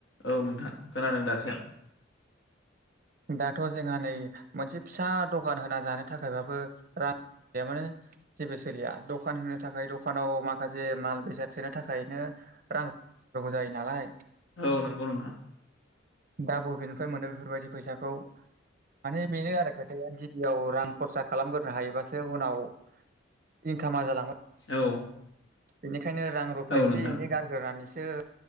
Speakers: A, on the left; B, on the right.
A: औ नोंथां खोनादों दासो।
B: दाथ' जोंहा नै मोनसे फिसा दखान होना जानो थाखायबाबो रां गैया माने जेबो सोलिया दखान होनो थाखाय दखानाव माखासे माल बेसाद सोनो थाखायनो रां होनां <inaudible> जायो नालाय
A: औ नंगौ नोंथां।
B: दा बबेनिफ्राय मोनो बेफोरबायदि फैसाखौ माने बेनो आरो खोथाया गिबियाव रां खरसा खालामग्रोनो हायोबासो उनाव इनकामा जालांबाय
A: औ।
B: बेनिखायनो रां रुफा
A: औ
B: एसे
A: नोंथां
B: एनै गारग्रोनानैसो